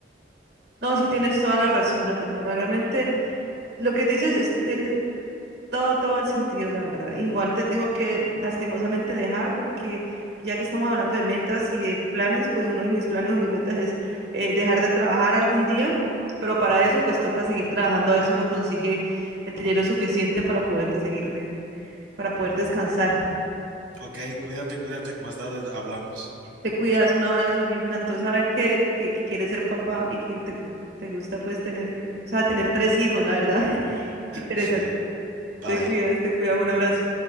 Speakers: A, on the right; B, on the right.
A: No, sí tienes toda la razón, Natalia. Realmente lo que dices es, tienes- todo, todo el sentido, la verdad. Igual te tengo que lastimosamente dejar porque ya que estamos hablando de metas y de planes, pues uno de mis planes o mis metas es eh, dejar de trabajar algún día, pero para eso pues toca seguir trabajando a ver si uno consigue el dinero suficiente para poderte seguir de, para poder descansar.
B: Ok, cuídate, cuídate. Más tarde hablamos.
A: Te cuidas, un abrazo, me encantó saber que, que, que quieres ser papá y que te, te gusta pues tener que, o sea, tener tres hijos, la verdad. <laughs> Interesante.
B: Sí, bye.
A: Te cuidas, te cuidas, un abrazo.